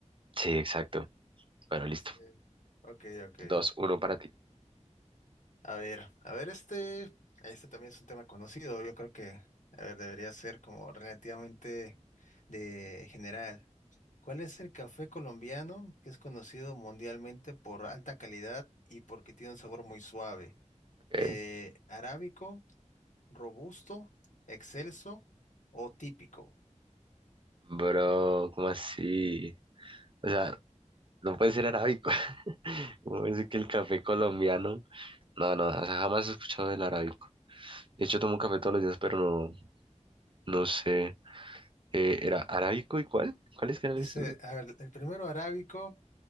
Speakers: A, on the right; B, on the left.
A: Sí, exacto. Bueno, listo.
B: Sí. Ok, ok.
A: Dos, uno para ti.
B: A ver, a ver, este, este también es un tema conocido. Yo creo que, a ver, debería ser como relativamente de general. ¿Cuál es el café colombiano que es conocido mundialmente por alta calidad y porque tiene un sabor muy suave?
A: Ok.
B: Eh, arábico, robusto, excelso o típico.
A: Bro, ¿cómo así? O sea, no puede ser arábico. <laughs> ¿Cómo decir que el café colombiano? No, no, o sea, jamás he escuchado del arábico. De hecho, tomo café todos los días, pero no, no sé. eh, era arábico y cuál? ¿Cuáles canales?
B: Dice, a ver, el primero arábico.